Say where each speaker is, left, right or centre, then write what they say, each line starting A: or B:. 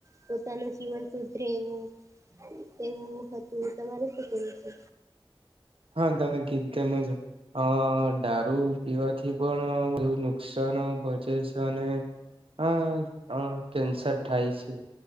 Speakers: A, on the right; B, on the right.
A: પોતાનું જીવન સુધરે એવું એવું હતું તમારે શું કવું છે.
B: હા તમે કીતેજો અ દારૂ પીવાથી પણ બધુ નુકસાનવું પડ આ કેન્સર થાય છે.